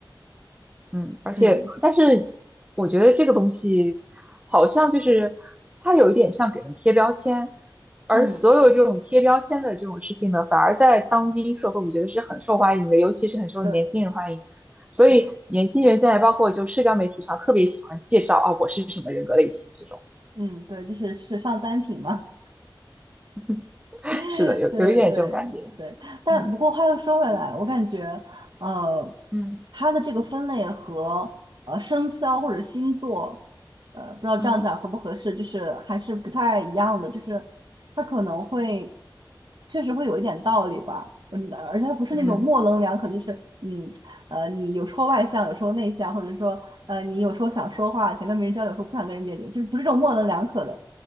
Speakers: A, on the right; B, on the right.
A: 嗯，而且，
B: 嗯
A: 但是我觉得这个东西好像就是它有一点像给人贴标签，而所有这种贴标签的这种事情呢，
B: 嗯，
A: 反而在当今社会，我觉得是很受欢迎的，尤其是很受年轻人欢迎。
B: 对
A: 所以年轻人现在包括就社交媒体上特别喜欢介绍啊，
B: 对，
A: 我是什么人格类型这种。
B: 嗯对，就是时尚单品嘛。
A: <laughs>
B: <laughs>
A: 是的，有有一点这种感觉。
B: 对对对，但不过话又说回来，
A: 嗯
B: 我感觉，呃，
A: 嗯
B: 它的这个分类和呃生肖或者星座，呃，不知道这样讲合不合适，
A: 嗯
B: 就是还是不太一样的，就是它可能会确实会有一点道理吧，嗯，而且它不是那种模棱两可，
A: 嗯
B: 就是嗯，呃，你有时候外向，有时候内向，或者说呃，你有时候想说话，想跟别人交流，有时候不想跟人交流，就是不是这种模棱两可的，